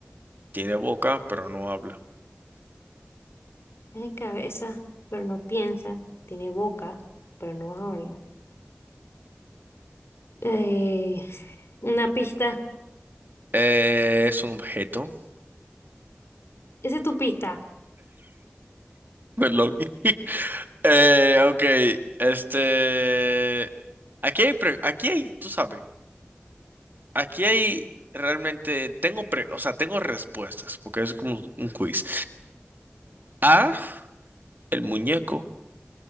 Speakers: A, on the right (about 50°); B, on the left (about 80°).
A: Tiene boca, pero no habla.
B: Tiene cabeza, pero no piensa. Tiene boca, pero no habla. Eh, una pista.
A: Eh, es un objeto,
B: Esa es tu pista.
A: <laughs> perdón. Eh, ok, este... Aquí hay, pre- aquí hay, tú sabes, aquí hay realmente, tengo, pre- o sea, tengo respuestas, porque es como un quiz. A, el muñeco,